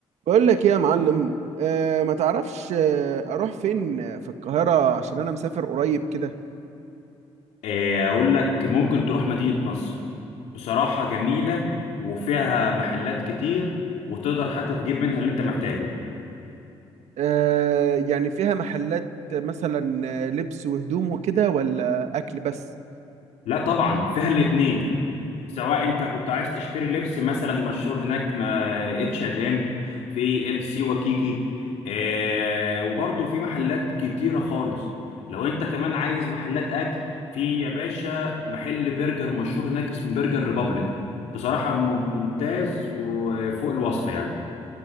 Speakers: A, on the right; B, on the left.
A: بقول لك ايه يا معلم أه ما تعرفش آه، اروح فين في القاهرة عشان انا مسافر قريب كده
B: آه، اقول لك ممكن تروح مدينة نصر بصراحة جميلة وفيها محلات كتير وتقدر حتى تجيب منها اللي انت محتاجه
A: أه يعني فيها محلات مثلا آه، لبس وهدوم وكده ولا اكل بس
B: لا طبعا فيها الاتنين سواء انت كنت عايز تشتري لبس مثلا مشهور هناك ما اتش اند ام في ال سي وكيكي آه وبرضه في محلات كتيرة خالص لو انت كمان عايز محلات اكل في يا باشا محل برجر مشهور هناك اسمه برجر ريبابليك بصراحة مم- ممتاز وفوق الوصف يعني